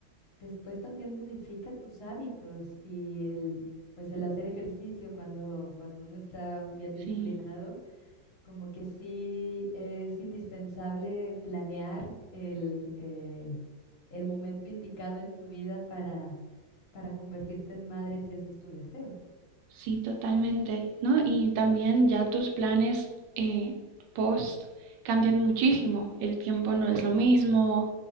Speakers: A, on the left (about 50°); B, on the right (about 75°).
A: después también modifica tus hábitos y el, pues el hacer ejercicio cuando, cuando uno está bien disciplinado,
B: sí.
A: como que sí es indispensable planear el, el, el momento indicado en tu vida para, para convertirte en madre si eso es tu deseo.
B: Sí, totalmente, ¿no? Y también ya tus planes eh, post cambian muchísimo, el tiempo no es lo mismo,